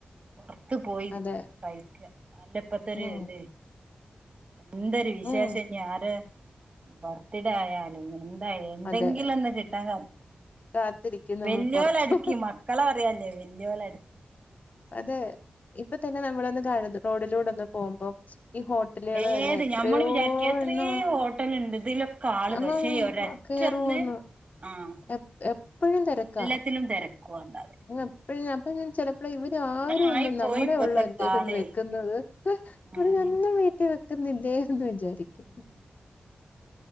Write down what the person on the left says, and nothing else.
അതെ
ഉം
ഉം
അതെ
കാത്തിരിക്കും നമ്മൾ
പൊറത്ത്
അതെ ഇപ്പ തന്നെ നമ്മളൊന്ന് കാണന്ന് റോഡിലൂടെന്ന് പോകുമ്പോ ഈ ഹോട്ടലുകൾ
തന്നെ എത്രയോ
എണ്ണ
ആ
കേറോന്നു
എ എപ്പഴും തിരക്കാ
എപ്പഴും അ ചിലപ്പോൾ ഇവര് ആരും
ഒന്നും
നമ്മളെ
ഉള്ള എന്തായും
വെക്കുന്നത് ഇവര്
ഒന്നും വീട്ടിൽ വെ ക്കുന്നില്ലേന്ന് വിചാരിക്കും